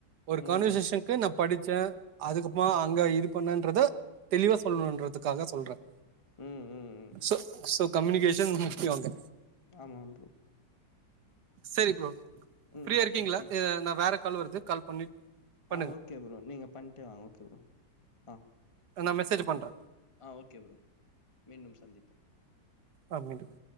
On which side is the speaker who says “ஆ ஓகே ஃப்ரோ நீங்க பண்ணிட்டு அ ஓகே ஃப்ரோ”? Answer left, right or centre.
Left